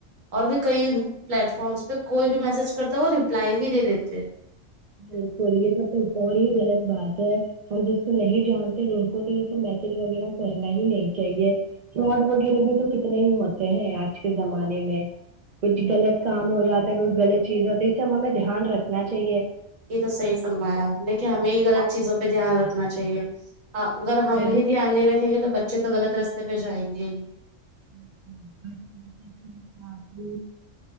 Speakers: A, on the right; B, on the right.
A: اور بھی کئی پلیٹ فارمس پہ کوئی بھی میسج کر تو وہ ریپلائی بھی دے دیتے
B: بالکل یہ سب تو اور ہی غلط بات ہے ہم جس کو نہیں جانتے ان کو تو یہ سب میسج وغیرہ کرنا ہی نہیں چاہیے فراڈ وغیرہ بھی تو کتنے ہی ہوتے ہیں آج کے زمانے میں کچ غلط کام ہو جاتا ہے کوئی غط چیز ہوتا ہے یہ سب ہمیں دھیان رکھنا چاہیے
A: یہ تو صحی فرمایا آپ نے کہ ہمیں ہی لط
B: آج-
A: چیزوں پہ دھیان رکھنا چاہیے چیے اگر ہم
B: بالکل
A: ہی دھیان نہیں رکھے دے تو بچے تو لط رستے پہ جائیں گے ہی
B: <inaudible> ب